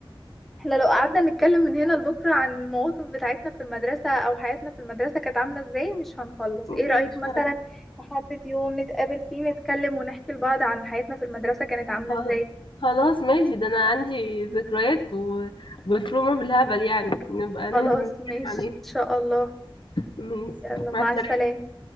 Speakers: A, in the centre; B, on the left (about 60°).
A: احنا لو قعدنا نتكلم من هنا لبكرة عن المواقف بتاعتنا في المدرسة او حياتنا في المدرسة كانت عاملة ازاي مش هنخلص
B: مش
A: ايه رأيك مثلا
B: عارف.
A: نحدد يوم نتقابل فيه نتكلم ونحكي لبعض عن حياتنا في المدرسة كانت عاملة
B: خل-
A: ازاي
B: خلاص ماشي ده انا عندي ذكريات و... وتروما بالهبل يعني نبقى ننزل
A: خلاص
B: نتكلم
A: ماشي
B: عن ايه
A: ان شاء الله
B: ماشي
A: يلا مع
B: مع السلامة
A: السلامة